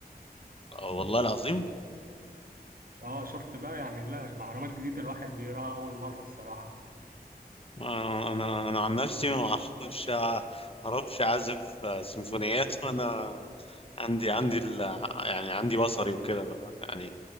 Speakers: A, on the left; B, on the right.
A: والله العظيم
B: اه شفت بقى يعني لا المعلومات جديده الواحد بيقراها اول مره الصراحه
A: آه، انا انا عن نفسي ما اعرفش اعرفش اعزف آه، سيمفونيات انا عندي عندي ال... يعني عندي بصري وكده يعني